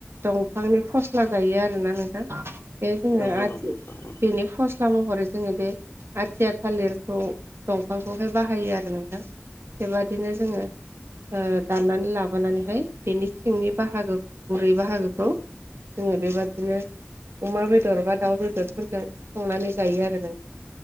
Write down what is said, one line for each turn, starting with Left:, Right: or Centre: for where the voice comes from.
Right: दंफांनि फस्ला जायो आरोना नोंथां बे जोङो
Left: नंगौ
Right: आथि
Left: नोंथां
Right: बेनि
Left: थारैनो।
Right: फस्ला फस्ला महरै जोङो बे आथिया थालिरखौ दंफांखौहाय बाहायो आरो नोंथां बेबादिनो जोङो ओ दाननानै लाबोनानैहाय बेनि सिंनि बाहागोखौ गुरै बाहागोखौ जोङो बेबादिनो अमा बेदर बा दाउ बेदरफोरजों संनानै जायो आरो नोंथां